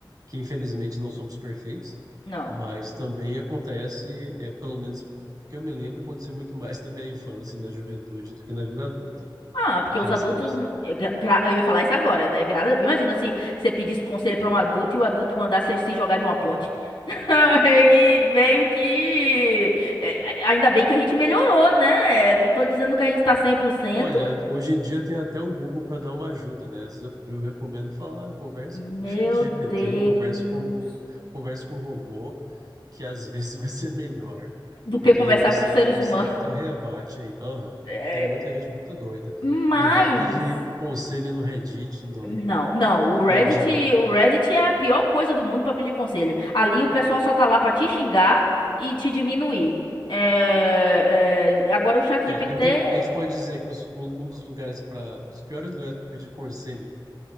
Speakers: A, on the right; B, on the left.
A: que infelizmente não somos perfeitos,
B: Não.
A: mas também acontece, é, pelo menos que eu me lembro, aconteceu muito mais <laughs> na minha infância e na juventude do que na vida adulta.
B: Ah, porque os
A: Graças
B: adultos.
A: a Deus.
B: é, gra- gra- Eu ia falar isso agora, né? Gra- Imagina se você pedisse conselho pra um adulto e o adulto mandasse você se jogar de uma ponte. <laughs> E meio que. é, Ainda bem que a gente melhorou, né? É, Não tô dizendo que a gente tá cem por cento.
A: Olha, hoje em dia tem até o Google para dar uma ajuda, né? Às vezes eu, eu recomendo falar, ah, converse
B: Meu
A: com o GPT,
B: Deus.
A: converse com algum, converse com um robô, que às vezes <laughs> vai ser melhor,
B: Do que
A: porque
B: conversar
A: você
B: com seres
A: consegue
B: humanos.
A: ter um rebate aí. Aham, porque
B: É,
A: tem muita gente muito doida.
B: Mas.
A: Não vai pedir conselho no Reddit, no,
B: Não,
A: no-
B: não, o Reddit,
A: ah, diga.
B: o Reddit é a pior coisa do mundo pra pedir conselho. Ali o pessoal só tá lá pra te xingar e te diminuir. É, é, agora o chat GPT
A: É, então a gente pode dizer que os- o- um dos lugares para, dos piores lugares para pedir conselho